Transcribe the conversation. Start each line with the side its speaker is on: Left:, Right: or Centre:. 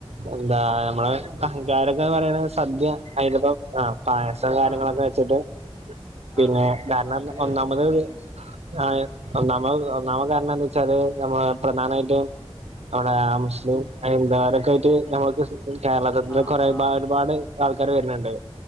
Right: എന്താ ഞമ്മള് അഹങ്കാരങ്ക എന്ന് പറയ്ണത് സദ്യ അതിന്റെപ്പം ആ പായ സം കാര്യങ്ങളൊക്കെ
Left: ആ ആ
Right: വെച്ച്ട്ട് പിന്നെ
Left: ആ
Right: കാരണം
Left: ആ അത്
Right: ഒന്നാമത്
Left: ഉം
Right: ആ ഒന്നാമ്മത് ഒന്നാമ്മ കാരണം എന്താ വെച്ചാല് നമ്മള് പ്രധാനായിറ്റും അവിടെ മുസ്ലിം ഹൈന്ദവരൊക്കെ ആയിറ്റ് ഞമ്മക്ക് കേരളകത്തിന്റെ
Left: ആ
Right: കുറെ
Left: ആ
Right: ഒരുപാട് ആൾക്കാര് വര്ന്ണ്ട്